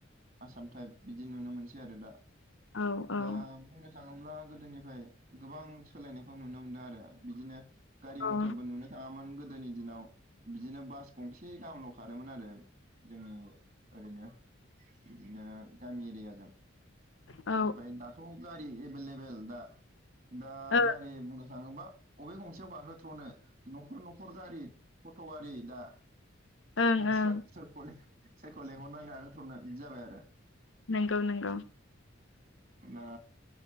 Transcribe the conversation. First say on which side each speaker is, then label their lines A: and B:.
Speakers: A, on the right; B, on the left.
A: आसाम टाइप बिदि नुनो मोनसै आरो दा।
B: औ औ
A: दा बुंनो थाङोब्ला गोदोनिफ्राय गोबां सोलायनायखौ नुनो मोनदों आरो। बिदिनो गारि मथरबो
B: औ
A: नुनो थाङामोन। गोदोनि दिनाव बिदिनो बास गंसे गाहामल' खारोमोन आरो। जोंङो ओरैनो बिदिनो गामि एरियाजों
B: औ
A: ओमफ्राय दा थ गारि एभेलेबेल दा दा
B: ओं
A: गारि बुंनो थाङोबा अबे गंसेयाव गाखोथ्र'नो न'खर न'खर गारि थट' गारि दा
B: ओं ओं
A: सोर सोरखौ सोरखौ लेंहरनानै नागारथरनो जाबाय आरो।
B: नोंगौ नोंगौ
A: दा